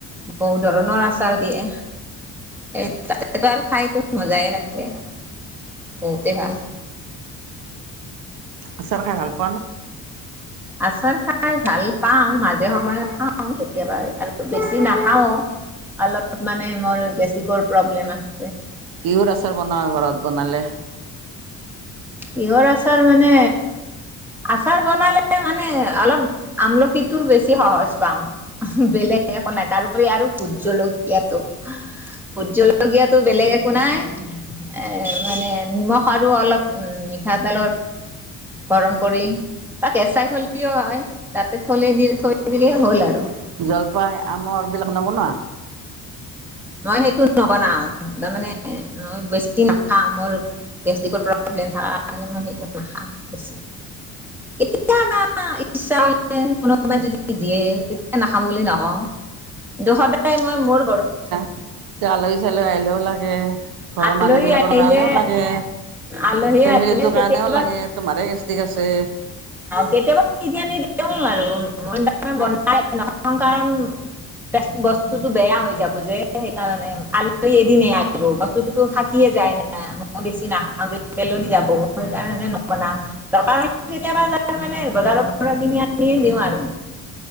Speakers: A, in the centre; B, on the right.
A: বহুত ধৰণৰ আচাৰ দিয়ে। এ তাততো আৰু খাইতো মজাই লাগে বহুতে ভাল।
B: আচাৰ খাই ভাল পাওঁ।
A: আচাৰ খাই ভাল পাওঁ, মাজে সময়ে খাওঁ কেতিয়াবা আৰু বেছি নাখাওঁ। অলপ মানে মোৰ গেষ্ট্ৰিকৰ প্ৰব্লেম আছে।
B: কিহৰ আচাৰ বনাও, ঘৰত বনালে?
A: কিহৰ আচাৰ মানে, আচাৰ বনালে মানে অলপ আমলখিটোৰ বেছি সহজ পাম, বেলেগ একো নাই তাৰপৰি আৰু ভূট জলকীয়াটো ভূট জলকীয়াটো বেলেগ একো নাই এ মানে নিমখ আৰু অলপ উম মিঠাতেলৰ গৰম কৰি বা কেঁচাই থলে দিও হয়, তাতে থলে দিল থৈ দিলে হ'ল আৰু।
B: জলপাই আমৰ এইবিলাক নবনোৱা।
A: মই সেইটো নবনাওঁ, তাৰমানে মই বেছি নাখাওঁ মোৰ গেষ্ট্ৰিকৰ প্ৰব্লেম থাকা কাৰণে মই সেইটো নাখাওঁ বেছি। কেতিয়া বা ইচ্ছা গ'লে, কোনোবাই যদি দিয়ে তেতিয়া নাখাম বুলি নকওঁ। <unintelligible> সদায় মই মোৰ ঘৰত,
B: কেতিয়াবা আলহী চালহী আহিলেও লাগে। ঘৰৰ
A: আলহী
B: মানুহ বিলাকৰ
A: আহিলে,
B: কাৰণেও লাগে।
A: আলহী
B: ফেমিলিটোৰ
A: আহিলে কেতিয়াবা
B: কাৰণেও লাগে তোমাৰে গেষ্টিক আছে।
A: কেতিয়াবা <inaudible> নি, আৰু বনাই নাথও কাৰণ, বেছ বস্তুতো বেয়া হৈ যাব যে সেইকাৰণে আলহী এদিন হে আহিব। বস্তুটোতো থাকিয়ে যায় না। মইয়ো বেছি নাখাওঁ যে পেলনি যাব সেই কাৰণে নবনাওঁ দৰকাৰ হ'লে কেতিয়াবা তাৰ মানে বজাৰৰ পৰা কিনি আনিয়ে দিওঁ আৰু।